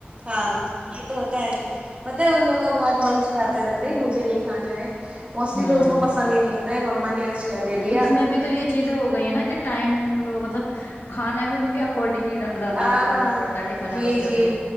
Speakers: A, on the right; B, on the left.
A: ہاں یہ تو ہوتا ہے پتہ ہے ان لوگوں کا بہت من سناتے رہتے ہیں مجھے نہیں کھانا ہے موسٹلی
B: ہوں
A: تو ان کو پسند ہی نہیں ہوتا ت مم نے <unintelligible> دیا
B: اس میں بھی تو یہ چیزیں ہو گئی ہیں نا کہ ٹائم مطلب کھانا بھی ان کے اکارڈنگ
A: ہاں
B: ڈالنا
A: ہاں
B: پڑتا ہے ٹفن
A: جی
B: ہے بچوں
A: جی
B: کے